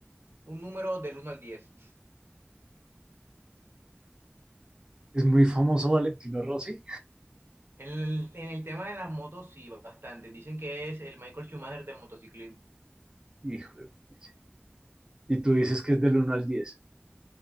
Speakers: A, on the right; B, on the right.
A: un número del uno al diez
B: Es muy famoso Valentino Rossi.
A: En el, en el tema de las motos, sí, bastante. Dicen que es el Michael Schumacher del motociclismo.
B: Hijo de pucha. Y tú dices que es del uno al 10.